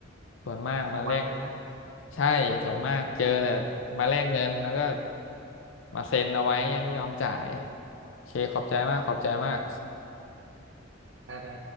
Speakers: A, on the left (about 75°); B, on the right (about 80°).
A: ส่วนมากมาแลก
B: สองวันเลยนะ
A: ใช่ส่วนมากเจอแต่มาแลกเงินแล้วก็มาเซ็นเอาไว้เนี่ยไม่ยอมจ่ายโอเคขอบใจมากขอบใจมาก
B: ได้ได้